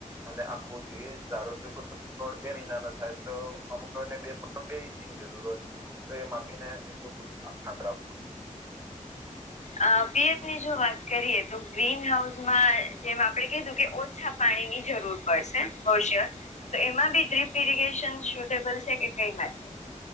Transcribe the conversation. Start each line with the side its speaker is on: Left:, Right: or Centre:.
Right: અને આખવું જોઈએ ધારો કે કોઈ ચોર બે મહિના ન થાય તો અમુક છો ને બે બે ની જરૂર હોત તો એ માપીને એટું ખાતર આપ
Left: અ પિયત ની જો વાત કરીએ તો ગ્રીન હાઉસ માં જેમ આપડણે કીધું કે ઓછા પાણી ની જરૂર પડશે હોશેર તો એમાં બી ડ્રીપ ઇરીિગેશન સુટેબલ છે કે કઈ માટે